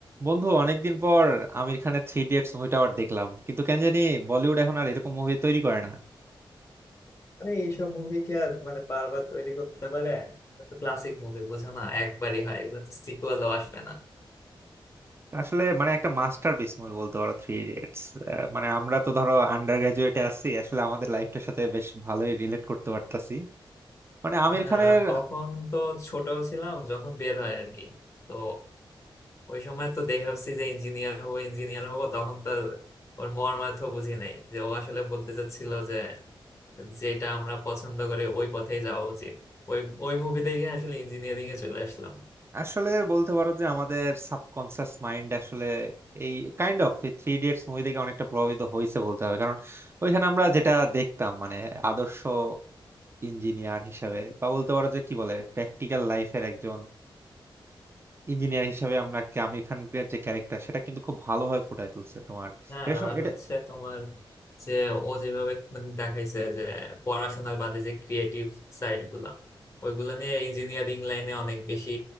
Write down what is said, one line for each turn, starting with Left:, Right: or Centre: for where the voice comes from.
Right: বন্ধু অনেকদিন পর আমির খানের থ্রি ইডিয়টস মুভিটা আবার দেখলাম কিন্তু কেন জানি বলিউড এখন আর এরকম মুভি তৈরি করে না
Left: আরে এইসব মুভি কি আর মানে বারবার তৈরি করতে পারে এটা তো ক্লাসিক মুভি বুঝো না একবারই হয় এগুলো তো সিকুয়েলও আসবে না
Right: আসলে মানে একটা মাস্টারপিস মুভি বলতে পারো থ্রি ইডিয়টস মানে আমরা তো ধরো আন্ডার গ্রাজুয়েটে আছি আসলে আমাদের লাইফটার সাথে বেশ ভালোই রিলেট করতে পারতাছি মানে আমির
Left: হ্যাঁ
Right: খানের
Left: আর তখন তো ছোট ছিলাম যখন বের হয় আর কি তো ওই সময় তো দেখে ভাবছি যে ইঞ্জিনিয়ার হবো ইঞ্জিনিয়ার হবো তখন তো ওর মর্মার্থ বুঝি নাই যে ও আসলে বলতে চাচ্ছিল যে যেটা আমরা পছন্দ করি ওই পথেই যাওয়া উচিত ওই ওই মুভি দেখে আসলে ইঞ্জিনিয়ারিং এ চলে আসলাম
Right: আসলে বলতে পারো যে আমাদের সাবকনসিয়াস মাইন্ড আসলে এই kind of three idiots movie থেকে অনেকটা প্রভাবিত হয়েছে বলতে হবে কারণ ওইখানে আমরা যেটা দেখতাম মানে আদর্শ ইঞ্জিনিয়ার হিসাবে বা বলতে পারো যে কি বলে প্র্যাকটিক্যাল লাইফের একজন ইঞ্জিনিয়ার হিসেবে আমরা কি আমির খানের যে ক্যারেক্টার সেটা কিন্তু খুব ভালোভাবে ফুটায় তুলছে তোমার
Left: হ্যাঁ
Right: এটা সব-
Left: আর
Right: এটা
Left: হচ্ছে তোমার যে ও যেভাবে মানে দেখাইছে যে পড়াশোনার বাদে যে ক্রিয়েটিভ সাইড গুলা ওইগুলা নিয়ে ইঞ্জিনিয়ারিং লাইনে অনেক বেশি